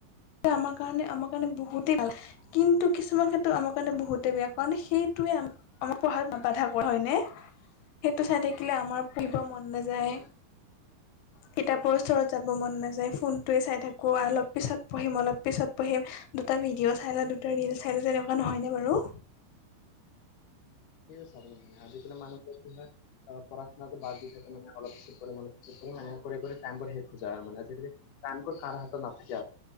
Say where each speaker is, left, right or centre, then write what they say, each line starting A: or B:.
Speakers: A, on the left; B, on the left.
A: আমাৰ কাৰণে, আমাৰ কাৰণে, বহুতেই ভাল। কিন্তু কিছুমান ক্ষেত্ৰত আমাৰ কাৰণে বহুতেই বেয়া, কাৰণ সেইটোৱে আমাৰ পঢ়াত ন বাধা কৰা হয়নে, সেইটো চাই থাকিলে আমাৰ পঢ়িব মন নাযায়। কিতাপৰ ওচৰত যাব মন নাযায়, ফোনটয়ে চাই থাকো। কোৱা অলপ পিছত পঢ়িম, অলপ পিছত পঢ়িম, দুটা ভিডিঅ' চাই লা দুটা ৰিল চাই লা তেনেকুৱা নহয়নে বাৰু।
B: চাব মানে আজিকালি মানুহ কি হয়। পঢ়া শুনাটো বাৰ দি থাক মানে অলপ পিছত‌ পঢ়িম, অলপ পিছত পঢ়িম, মান কৰি টাইমবৰ শেষ যায় আৰু মান আজিকালি কামতো চাৰে সাত তাত মাতিছে আৰু।